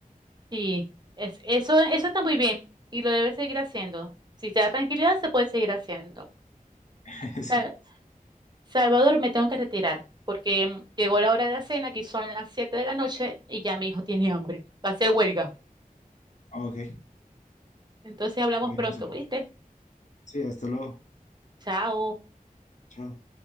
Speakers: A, on the right; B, on the left.
A: Sí, es, eso, eso está muy bien y lo debes seguir haciendo. Si te da tranquilidad, se puede seguir haciendo.
B: <laughs>
A: Sal-
B: Sí.
A: Salvador, me tengo que retirar porque mm, llegó la hora de la cena, aquí son las 7 de la noche y ya mi hijo tiene hambre. Va a ser huelga.
B: Ok,
A: Entonces hablamos
B: ok,
A: pronto,
B: no se preocupe.
A: ¿viste?
B: Sí, hasta luego.
A: Chao.
B: Chao.